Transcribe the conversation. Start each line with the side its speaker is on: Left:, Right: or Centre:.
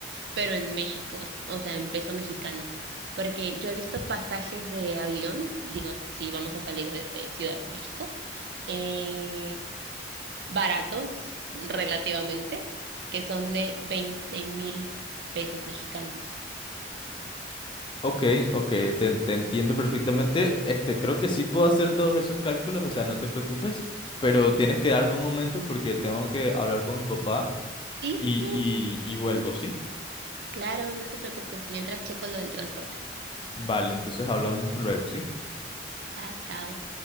Right: pero en México, o sea, en peso mexicano, porque yo he visto pasajes de avión, digo, si vamos a salir desde Ciudad de México, eh, baratos relativamente, que son de veinte mil pesos mexicanos.
Left: Ok, ok, te, te entiendo perfectamente. Este, creo que sí puedo hacer todos esos cálculos, o sea, no te preocupes, pero tienes que darme un momento porque tengo que hablar con mi papá
Right: Sí,
Left: y,
Right: sí, sí,
Left: y y vuelvo, ¿sí?
Right: claro, no te preocupes, mientras checo lo del transporte.
Left: Vale, entonces hablamos luego, ¿sí?
Right: Ah, chao.